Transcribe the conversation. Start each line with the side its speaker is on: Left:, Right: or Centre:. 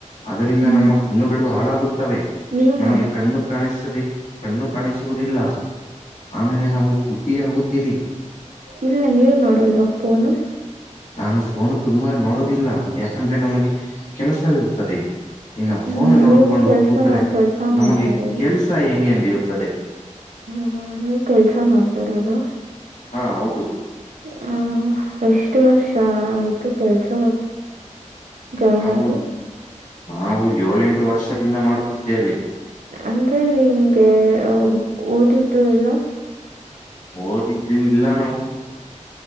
Left: ಅದರಿಂದ
Right: ಹ್ಮ್
Left: ನಮ್ಮ ಕಣ್ಣುಗಳು ಹಾಳಾಗುತ್ತವೆ
Right: ನೀವ್
Left: ನಮಗೆ
Right: ನೋಡಲ್ವಾ
Left: ಕಣ್ಣು ಕಾಣಿಸದೆ ಕಣ್ಣು ಕಾಣಿಸುವುದಿಲ್ಲ ಆಮೇಲೆ ನಾವು ಗುಡ್ಡಿ ಆಗುತ್ತೀರಿ
Right: ಇಲ್ಲ ನೀವ ನೋಡಲ್ವ ಫೋನು
Left: ನಾನು ಫೋನು ತುಂಬಾ ನೋಡೋದಿಲ್ಲ ಯಾಕಂದ್ರೆ ನಮಗೆ ಕೆಲಸವಿರುತ್ತದೆ ಇನ್ನು
Right: ಹ್ಮ್
Left: ಫೋನ್ ನೋಡ್ಕೊಂಡು
Right: ನೀವು ಕೆಲ್ಸ
Left: ಕೂತರೆ
Right: ಕೆಲ್ಸ
Left: ನಮಗೆ
Right: ಮಾಡ್ತಾರದು
Left: ಕೆಲ್ಸ ಹೆಂಗೇನ್ ಬಿಡಿಯುತ್ತದೆ
Right: ಹ್ಮ್ ಹ್ಮ ನೀವು ಕೆಲ್ಸ ಮಾಡ್ತಾರ ಅದು
Left: ಹಾ ಹೌದು
Right: ಹ ಎಷ್ಟ ವರ್ಷ ಆಯ್ತು ಕೆಲ್ಸ ಜಾಯಿನ್
Left: ನಾವು
Right: ಆಗಿ
Left: ನಾವು ಏಳೆಂಟು ವರ್ಷದಿಂದ ಮಾಡುತ್ತಿದ್ದೇವೆ
Right: ಅಂದ್ರೆ ನಿಮ್ಗೆ ಓದಿದ್ದು ಎಲ್ಲ
Left: ಓದಿದ್ದ ಇಲ್ಲ ನಾವು